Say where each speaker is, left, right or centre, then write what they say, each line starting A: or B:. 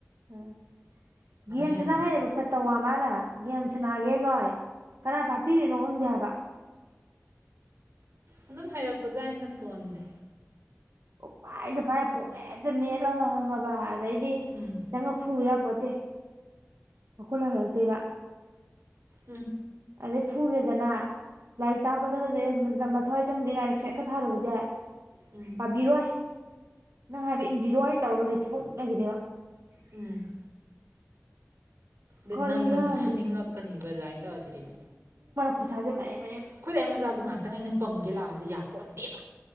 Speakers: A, on the right; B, on the right.
A: ꯎꯝ ꯌꯅꯅ
B: ꯍꯩꯔꯕ
A: ꯍꯥꯏꯔꯦꯕ ꯄꯦꯇꯋꯥ ꯃꯥꯅ ꯌꯥꯝ ꯁꯅꯥꯒꯦ ꯀꯣꯏ ꯀꯅꯥ ꯇꯥꯛꯄꯤꯔꯤꯅꯣ ꯈꯪꯗꯦ ꯍꯥꯏꯕ
B: ꯑꯗꯨꯝ ꯍꯥꯏꯩꯔꯛꯄꯖꯥ ꯑꯅ ꯐꯣꯟꯁꯦ
A: ꯐꯥꯏꯗ ꯐꯥꯏ ꯄꯨꯡꯃꯦꯗ ꯃꯦꯠꯂꯒ ꯈꯥꯪꯉꯕ ꯑꯗꯩꯗꯤꯈꯤꯇꯪ
B: ꯎꯝ
A: ꯐꯨꯔꯨ ꯌꯥ ꯈꯣꯠꯇꯦ ꯃꯈꯨꯠ ꯍꯜꯂꯛꯇꯦꯕ
B: ꯎꯝ
A: ꯑꯗꯩ ꯐꯨꯔꯦꯗꯅ ꯂꯥꯏꯔꯤꯛ ꯇꯥꯛꯄꯗꯒꯁꯦ ꯃꯊ꯭ꯋꯥꯏ ꯆꯪꯗꯦ ꯀꯥꯏꯅ ꯁꯦꯠꯀ ꯊꯥꯔꯨꯕꯁꯦ
B: ꯎꯝ
A: ꯄꯥꯕꯤꯔꯣ ꯅꯪ ꯍꯥꯏꯕ ꯏꯟꯕꯤꯔꯣ ꯍꯥꯏ ꯇꯧꯔꯒ ꯂꯩꯊꯣꯛꯑ ꯑꯗꯨꯝ ꯂꯩꯈꯤꯗꯦꯕ
B: ꯎꯝ ꯑꯩ
A: ꯀꯔꯤꯅꯣ
B: ꯅꯝꯗꯅ
A: ꯍꯥꯏꯕꯅꯤꯗ
B: ꯐꯅꯤꯡꯉꯛꯀꯅꯤꯕ ꯑꯗꯨꯃꯥꯏꯅ ꯇꯧꯔꯗꯤ ꯑꯩꯗꯤ
A: ꯈꯨꯁꯥꯁꯦ ꯃꯇꯦꯪ
B: ꯑꯩꯈꯣꯏꯗꯏ ꯃꯆꯥꯕꯨ ꯉꯥꯏꯍꯥꯛꯇꯪ ꯑꯩꯅ ꯄꯝꯒꯦ ꯂꯥꯛꯑꯣꯗꯤ ꯌꯥ ꯄꯣꯟꯟꯗꯦꯕ